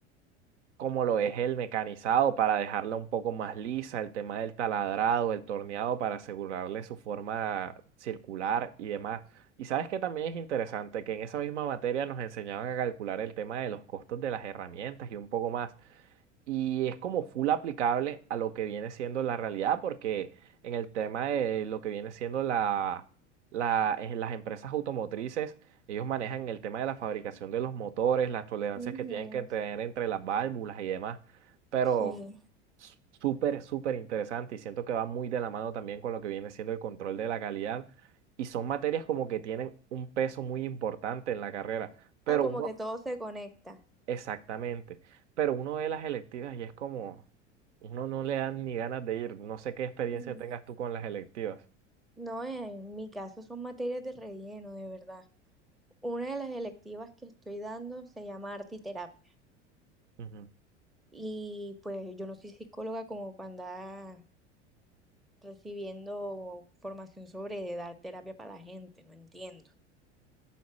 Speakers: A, on the right; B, in the centre.
A: como lo es el mecanizado para dejarla un poco más lisa, el tema del taladrado, el torneado para asegurarle su forma circular y demás. Y sabes que también es interesante que en esa misma materia nos enseñaban a calcular el tema de los costos de las herramientas y un poco más. Y es como full aplicable a lo que viene siendo la realidad, porque en el tema de lo que viene siendo la, la- en las empresas automotrices, ellos manejan el tema de la fabricación de los motores, las tolerancias
B: Ujú,
A: que tienen que tener entre las válvulas y demás. Pero
B: Sí.
A: s- súper, súper interesante y siento que va muy de la mano también con lo que viene siendo el control de la calidad. Y son materias como que tienen un peso muy importante en la carrera.
B: O
A: Pero
B: sea, como
A: uno,
B: que todo se conecta.
A: Exactamente. Pero uno ve las electivas y es como, uno no le dan ni ganas de ir. No sé qué experiencia
B: Mm.
A: tengas tú con las electivas.
B: No, en mi caso son materias de relleno, de verdad. Una de las electivas que estoy dando se llama arte y terapia.
A: Ujú.
B: Y pues yo no soy psicóloga como para andar recibiendo formación sobre de dar terapia para la gente, no entiendo.